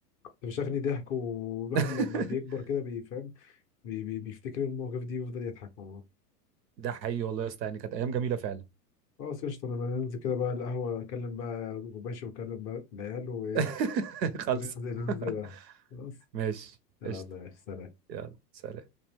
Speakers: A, on the left; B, on the right.
A: بتفشخني ضحك والواحد
B: <laughs>
A: لما بيكبر كده بيفهم بي بي بيفتكر المواقف دي ويفضل يضحك والله
B: ده حقيقي والله يا اسطى يعني كانت ايام جميله فعلا
A: خلاص قشطة أنا بننزل كده بقى القهوة أكلم بقى غباشي وأكلم بقى العيال وإيه
B: <laughs> خلص
A: وننزل
B: <laughs>
A: ننزل القهوة خلاص
B: ماشي
A: يلا
B: قشطة
A: يا سلام
B: يلا سلام